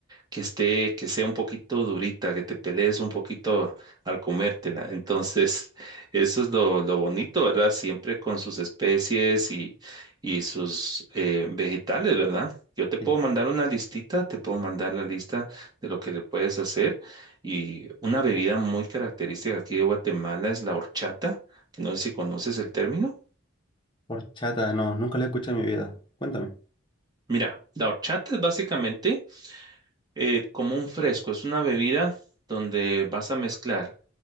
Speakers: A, on the right (about 20°); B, on the left (about 25°).
A: que esté, que sea un poquito durita, que te pelees un poquito al comértela. Entonces, <laughs> eso es lo, lo bonito, ¿verdad? Siempre con sus especies y, y sus eh, vegetales, ¿verdad? Yo te puedo
B: Sí.
A: mandar una listita, te puedo mandar la lista de lo que le puedes hacer. Y una bebida muy característica aquí de Guatemala es la horchata, que no sé si conoces el término.
B: Horchata, no, nunca lo he escuchado en mi vida. Cuéntame.
A: Mira, la horchata es básicamente eh, como un fresco, es una bebida donde vas a mezclar